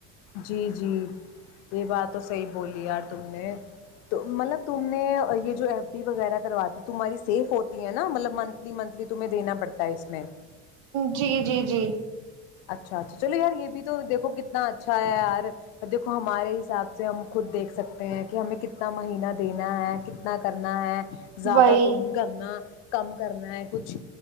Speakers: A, on the left; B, on the right.
A: جی جی یہ بات تو صحیح بولی یار تم نے مطلب تم نے یہ جو ایف ڈی وغیرہ کرواتی تمہاری سیف ہوتی ہے نا مطلب منتھلی منتلی تمہیں دینا پڑتا ہے اس میں
B: جی جی جی
A: اچھا اچھا چلو یار یہ بھی تو دیکھو کتنا اچھا ہے یار دھو ہمارے حساب سے ہم خود دیکھ سکتے ہیں کہ ہمیں کتنا مہینہ دینا ہے کتنا کرنا ہے زیادہ
B: وہی
A: تو نہیں کرنا کم کرنا ہے کچھ